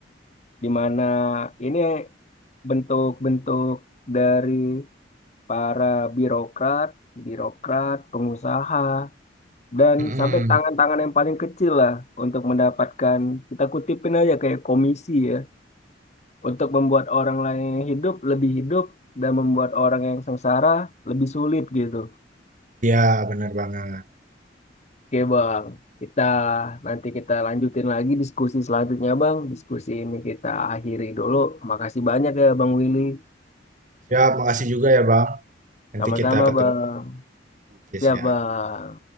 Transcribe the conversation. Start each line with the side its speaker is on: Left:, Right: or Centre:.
Left: di mana ini bentuk-bentuk dari para birokrat, birokrat, pengusaha, dan
Right: Mm-mm.
Left: sampai tangan-tangan yang paling kecil lah untuk mendapatkan, kita kutipin aja kayak komisi ya, untuk membuat orang lain yang hidup lebih hidup dan membuat orang yang sengsara lebih sulit gitu.
Right: Iya benar banget.
Left: Oke bang, kita nanti kita lanjutin lagi diskusi selanjutnya bang. Diskusi ini kita akhiri dulu. Makasih banyak ya bang Willy.
Right: Siap, makasih juga ya bang. Nanti
Left: Sama-sama
Right: kita ketemu
Left: bang.
Right: lagi
Left: Siap
Right: ya.
Left: bang.